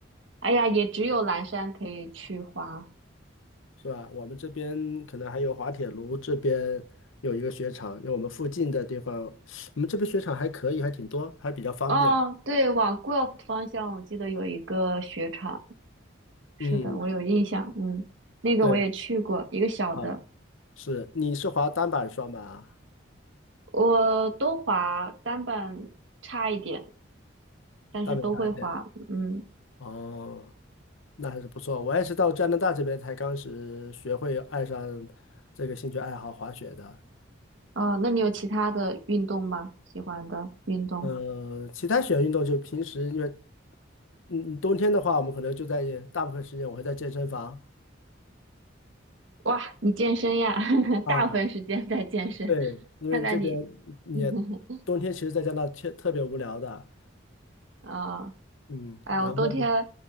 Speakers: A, on the right; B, on the left.
A: 哎呀，也只有蓝山可以去滑。
B: 是吧？我们这边可能还有滑铁卢这边有一个雪场，因为我们附近的地方，我们这边雪场还可以，还挺多，还比较方便。
A: 哦，对，往 g u e l p 方向，我记得有一个雪场，是的，
B: 嗯，
A: 我有印象。嗯，那个我也去过，
B: 对，
A: 一个小的。
B: 啊，是，你是滑单板双板啊？
A: 我都滑单板差一点，但是都会滑。
B: 单板大一点。
A: 嗯，
B: 哦，那还是不错。我也是到加拿大这边才刚是学会爱上这个兴趣爱好滑雪的。
A: 哦，那你有其他的运动吗？喜欢的运动？
B: 呃，其他雪运动就平时因为，嗯，冬天的话，我们可能就在大部分时间我会在健身房。
A: 哇，你健身呀，<laughs>
B: 啊，
A: 大部分时间在健身，
B: 对，
A: <laughs>
B: 因为这边
A: 看来你
B: 嗯也冬天，
A: <laughs>
B: 其实在加拿大特特别无聊的，
A: 啊、哦
B: 嗯，
A: 哎，
B: 然后
A: 我冬天